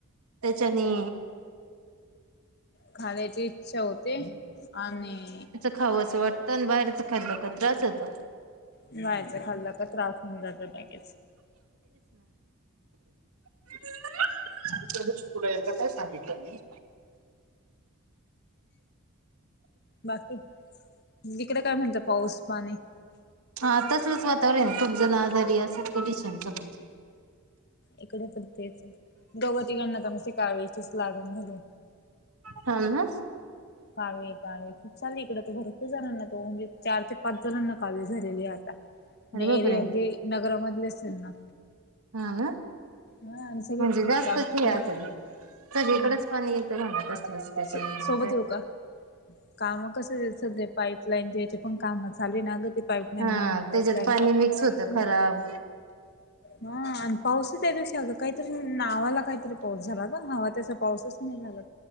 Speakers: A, on the right (about 90°); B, on the left (about 50°).
A: त्याच्याने
B: खाण्याची इच्छा होते आणि
A: खावासं वाटत आन बाहेरच खाल्लं का त्रास होत.
B: बाहेरच खाल्ल का त्रास होऊन जात लगेच.
A: <inaudible> काय सांगितलं नाही
B: बाकी इकडे काय म्हणत, पाऊस पाणी.
A: हा तसलच वातावरण आहे खूप जण आजारी असे कनडिशन स्वतःच
B: इकडे तर तेच. गवतीगण ला तर नुसती काविलचीच लागण झाली.
A: हा ना.
B: काविल, काविल खूप चांललेय इकडे. तर भरपूर जणांना तो म्हणजे चार ते पाच जणांना काविल झालेले आता. आणि
A: अरे बापरे
B: एरिया म्हनजे नगरामधले च असेल ना.
A: हा ना
B: हा आणि सगळे
A: म्हणजे
B: खोदकामाचे
A: जास्तच हे असेल. सगळीकडेच
B: हा
A: पाणी ते कसलंच त्याच्या
B: सोबत
A: <inaudible>
B: येऊ का? काम कस सध्या पाईपलाईन ज्यायचे पण काम चाले ना ग. ते पाईपलाईन,
A: हा
B: नवीन पाईपलाईन
A: त्याच्यात पाणी
B: टाकून,
A: मिक्स
B: पाईपलाईन
A: होतं खराब
B: हा आणि पाऊसच त्या दिशी काहीतरी नावाला काहीतरी पाऊस झाला ग हवा तसा पाऊसच नाही झाला